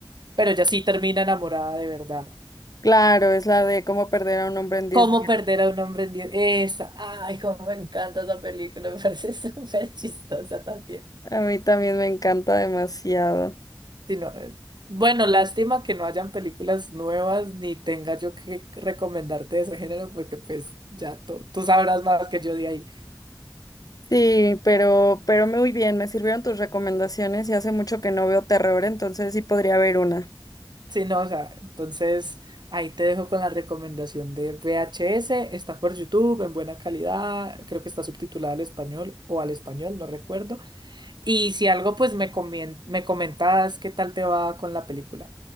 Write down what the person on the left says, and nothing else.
Claro, es la de cómo perder a un hombre en 10
días.
A mí también me encanta demasiado.
Sí, pero, pero muy bien, me sirvieron tus recomendaciones y hace mucho que no veo terror, entonces sí podría haber una.